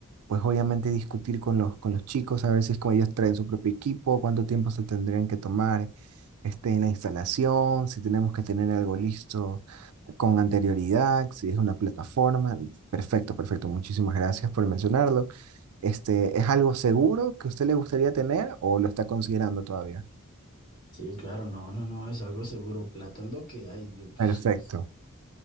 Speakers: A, on the right (about 85°); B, on the left (about 40°).
A: pues obviamente discutir con los, con los chicos, a ver si es como ellos traen su propio equipo, cuánto tiempo se tendrían que tomar este, en la instalación, si tenemos que tener algo listo con anterioridad, si es una plataforma. Perfecto, perfecto. Muchísimas gracias por mencionarlo. Este, ¿es algo seguro que a usted le gustaría tener o lo está considerando todavía?
B: Sí, claro, no, no, no, es algo seguro. Plata es lo que hay. Yo, pues.
A: Perfecto.